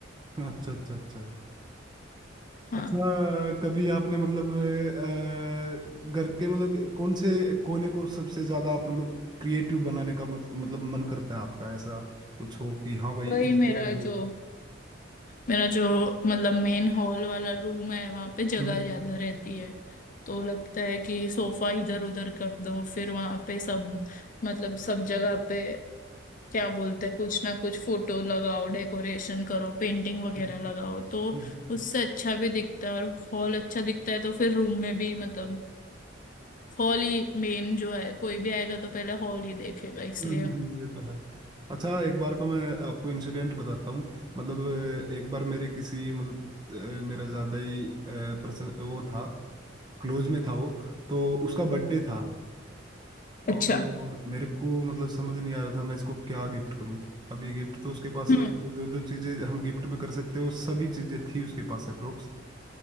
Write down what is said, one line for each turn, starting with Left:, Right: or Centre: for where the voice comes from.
Right: अच्छा अच्छा अच्छा
Left: हाँ
Right: अच्छा कभी आपने मतलब अ, घर के मतलब कौन से कोने को सबसे ज्यादा आप मतलब क्रिएटिव बनाने का मत- मतलब मन करता है आपका ऐसा कुछ हो कि हाँ भाई
Left: वही
Right: इस
Left: मेरा
Right: हम्म
Left: जो मेरा जो मतलब मेन हॉल वाला रूम है वहां पे जगह
Right: हम्म
Left: ज्यादा रहती है तो लगता है कि सोफा इधर उधर कर दो फिर वहां पे सब मतलब सब जगह पे क्या बोलते हैं कुछ ना कुछ फोटो लगाओ डेकोरेशन करो पेंटिंग वगैरह
Right: हम्म
Left: लगाओ तो
Right: हम्म, हम्म,
Left: उससे अच्छा भी दिखता है और हॉल अच्छा दिखता है तो फिर रूम में भी मतलब हॉल ही मेन जो है कोई भी आएगा तो पहले हॉल ही देखेगा इसलिए
Right: हम्म, हम्म, हम्म, ये तो है अच्छा एक बार का मैं आपको इंसिडेंट बताता हूँ मतलब अ, एक बार मेरे किसी मतलब अ, मेरा ज्यादा ही पर्सन वो था क्लोज में था वो तो उसका बर्थडे था
Left: अच्छा
Right: और मेरे को मतलब समझ नहीं आ रहा था मैं इसको क्या गिफ्ट करूं अभी गिफ्ट तो उसके पास
Left: हम्म
Right: मतलब जो जो चीजें हम गिफ्ट में कर सकते हो सभी चीजें थी उसके पास अप्रोक्स